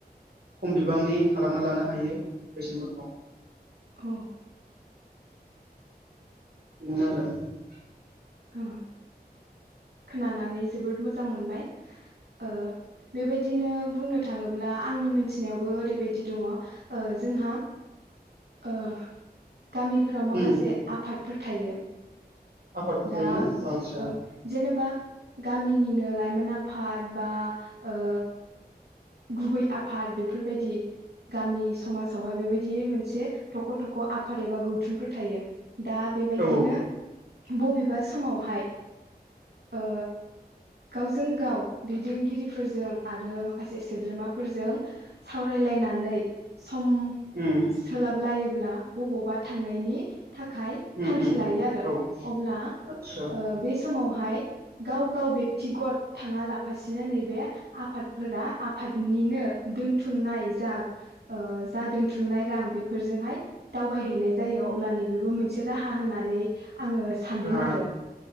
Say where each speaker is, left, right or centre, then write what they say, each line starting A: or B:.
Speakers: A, on the right (about 70°); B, on the right (about 85°).
A: खम बिबांनि खालामना लानो हायो बेसेनफोरखौ।
B: अ।
A: इनो आरो। <inaudible>
B: अ। खोनानानै जोबोद मोजां मोनबाय। ओ बेबायदिनो बुंनो थाङोब्ला आंनि मोनथिनायावबो ओरैबायदि दङ ओ जोंहा ओ। गामिफोराव माखासे
A: उम
B: आफाद फोथायो।
A: आफादफोर
B: दा
A: थायोना आदसा
B: ओं जेनेबा गामिनिनो लाइमोन आफाद बा ओ। गुबै आफाद बेफोरबायदि गामि समाजावहाय बेबायदि मोनसे थख' थख' आफाद एबा गौथुमफोर थायो। दा बेबायदिनो
A: औ
B: बबेबा समावहाय ओ गावजों गाव दैदेनगिरिफोरजों आरो मा खासे सोद्रोमाफोरजों सावरायलायनानै सम
A: उम
B: सोलाब लायो अब्ला बबावबा थांनायनि थाखाय
A: उम
B: थांखि
A: उम
B: लायो आरो
A: औ
B: अब्ला
A: आदसा
B: ओ बे समावहाय गाव गाव बेक्तिगत थाङा लाफासिनो नैबे आफाद फोरा‌ आफादनिनो दोनथुमनाय जा ओ‌ जा दोनथुमनाय रां बेफोरजोंहाय दावबायहैनाय जायो अब्ला नैबेबो मोनसे राहा होननानै आङो सानदों
A: औ
B: आरो